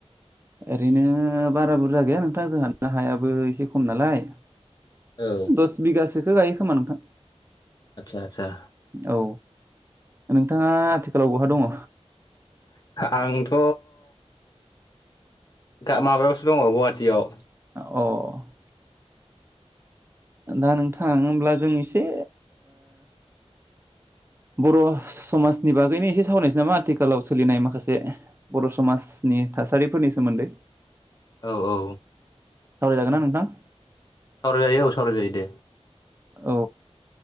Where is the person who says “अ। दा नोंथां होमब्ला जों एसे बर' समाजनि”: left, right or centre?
Right